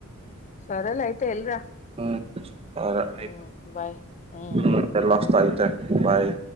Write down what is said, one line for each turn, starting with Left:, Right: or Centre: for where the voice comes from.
Left: సరేలే అయితే ఎల్రా
Right: <unintelligible> అరే అయ్
Left: ఉమ్ బాయ్ ఉమ్
Right: <unintelligible>
Left: ఉమ్
Right: వస్తాయ్ <unintelligible> అయితే బాయ్